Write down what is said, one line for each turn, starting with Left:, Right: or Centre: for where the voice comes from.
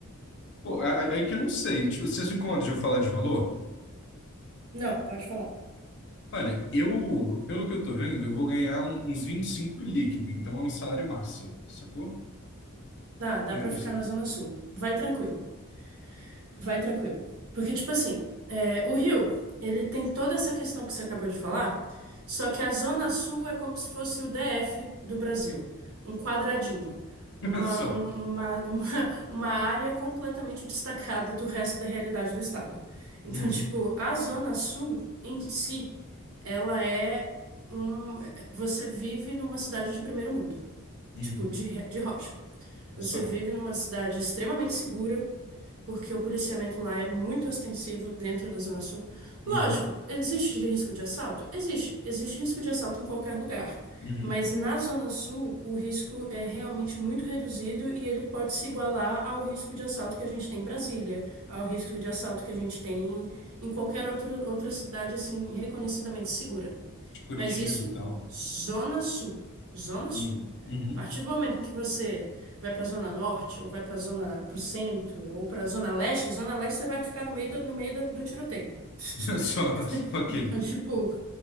Left: Pô, é, é é que eu não sei. Tipo, você se incomoda de eu falar de valor?
Right: Não, pode falar.
Left: Olha, eu, pelo que eu tô vendo, eu vou ganhar um- uns vinte e cinco líquido, então é um salário massa, sacou?
Right: Dá, dá
Left: Eu,
Right: pra
Left: eu
Right: ficar
Left: só.
Right: na Zona Sul. Vai tranquilo. Vai tranquilo. Porque, tipo assim, é, o Rio, ele tem toda essa questão que você acabou de falar, só que a Zona Sul é como se fosse o DF do Brasil, um quadradinho,
Left: <laughs>
Right: uma,
Left: só.
Right: um- uma, <laughs> uma, uma área completamente destacada do resto da realidade do estado. Então,
Left: Uhum,
Right: tipo, a Zona Sul em si, ela é um. Você vive numa cidade de primeiro mundo
Left: uhum,
Right: tipo, de, re- de rocha. Você
Left: só.
Right: vive numa cidade extremamente segura, porque o policiamento lá é muito ostensivo dentro da Zona Sul.
Left: Uhum,
Right: Lógico, existe risco de assalto? Existe. Existe risco de assalto em qualquer lugar.
Left: uhum.
Right: Mas na Zona Sul, o risco é realmente muito reduzido e ele pode se igualar ao risco de assalto que a gente tem em Brasília, ao risco de assalto que a gente tem em em qualquer outro, outra cidade, assim, reconhecidamente segura.
Left: De Curitiba
Right: Mas isso,
Left: e tal.
Right: Zona Sul. Zona
Left: Uhum,
Right: Sul.
Left: uhum.
Right: A partir do momento em que você vai para a Zona Norte, ou vai para a Zona, para o centro, ou para a Zona Leste, Zona Leste você vai ficar no meio do, no meio da- do tiroteio. <laughs>
Left: <laughs> Só. Ok.
Right: Então, tipo,